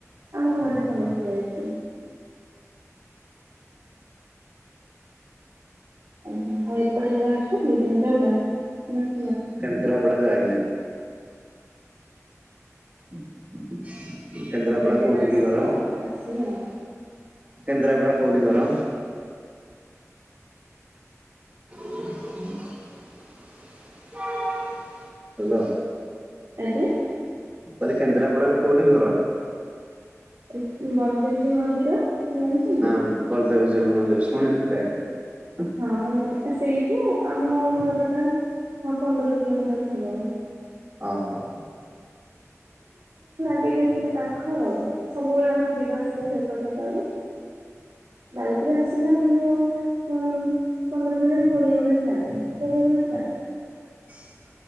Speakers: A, on the right (about 70°); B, on the right (about 25°).
A: ଆମ ଘରେ ସମସ୍ତେ ଯାଇ <unintelligible> ଆଉ ଏପଟେ କେବେ ଆସୁଚି କେନ୍ଦ୍ରାପଡ଼ା
B: କେନ୍ଦ୍ରାପଡ଼ା ଯାଇନି। <inaudible> କେନ୍ଦ୍ରାପଡା
A: ଆଉ କେବେ
B: କୋଉଠି
A: ଆସିବେ
B: କି ଘର,
A: ଆଉ ଆସିଲେ ଆଉ
B: କେନ୍ଦ୍ରାପଡା କୋଉଠି ଘର? <inaudible> ହାଲୋ।
A: ଆଜ୍ଞା?
B: କହିଲି କେନ୍ଦ୍ରାପଡାରେ କୋଉଠି ଘର?
A: ଏ ବଳଦେବଜୀଉ ମନ୍ଦିର। ଜାଣିଛନ୍ତି?
B: ହଁ ବଳଦେବଜୀଉ ମନ୍ଦିର ଶୁଣିଚି ଯାଇନି।
A: ହଁ ମାନେ ଏ ସେଇଠୁ ଆମ ଘରଟା ହଁ ପନ୍ଦର କିିଲୋମିଟର ହବ।
B: ଅହ।
A: ଏଇ ଯେମିତି ପାଖ ଆଉ ସବୁବେଳେ ଆମେ ଯିବା ଆସିବା ସେପଟରେ କରୁ ବାଇ କରେ ଆସିଲେ ଆମକୁ ଉଁ ପନ୍ଦର ମିନିଟ କୋଡିଏ ମିନିଟ ଲାଗେ କୋଡିଏ ମିନିଟ ଲାଗେ
B: ହଁ <inaudible>